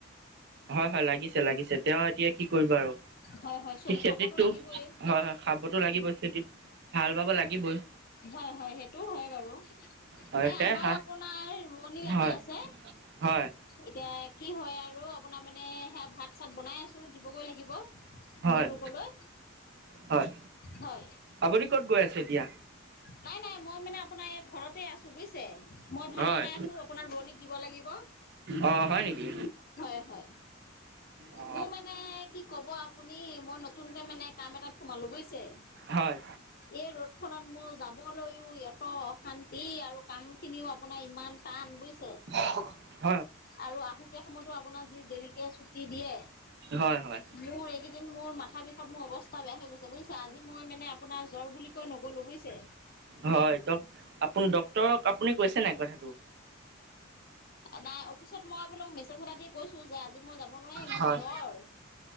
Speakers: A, on the right (about 50°); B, on the left (about 45°).
A: হয় হয় লাগিছে লাগিছে, তেওঁ এতিয়া কি কৰিব আৰু।
B: হয় হয় চুল
A: স খেতিতটো
B: খাবতো লাগিবই
A: হয় হয়, খাবতো লাগিবই, খেতিত হাল বাব লাগিবই।
B: হয় হয় সেইটোও হয় বাৰু।
A: হয়
B: এই
A: সে
B: আমাৰো
A: হা
B: আপোনাৰ ৰুৱনি লাগি
A: হয়
B: আছে,
A: হয়
B: এতিয়া কি হয় আৰু আপোনাৰ মানে সেয়া ভাত চাত বনাই আছো দিবগৈ লাগিব।
A: হয়
B: তেওঁলোকলৈ
A: হয়,
B: হয়
A: আপুনি ক'ত গৈ আছে এতিয়া?
B: নাই নাই, মই মানে আপোনাৰ এই ঘৰতে আছো বুজিছে, মই ভাত
A: হয়
B: বনাই আছো, আপোনাৰ ৰুৱনীক দিব লাগিব।
A: অ হয় নেকি
B: হয় হয়,
A: অ
B: মোৰ মানে কি কব আপুনি মই নতুনকে মানে কাম এটাত সোমালো বুজিছে,
A: হয়
B: এই ৰোদ খত মোৰ লৈও ইত অশান্তি আৰু কাম খিনিও আপোনাৰ ইমান টান বুজ
A: <unintelligible>
B: আৰু আহুতীয়া সময়তো আপোনাৰ যি দেৰিকে চুটি দিয়ে,
A: হয় হয়
B: মোৰ এইকেই ন্তু মোৰ মাথা বিষত মোৰ অৱস্থা বেয়া হৈ গৈছে বুজিছে, আজি মই মানে আপোনাৰ জ্বৰ বুলি কৈ নক'ো বুজিছে।
A: হয়, ড আপ ডটৰক আপুনি কৈছে নাই কথাটো?
B: নাই অফিচত মই বোলো মেছেজ এটা দি কৈছো যে আজি মই যাব নোৱাৰিম,
A: হয়
B: মোৰ জ্বৰ।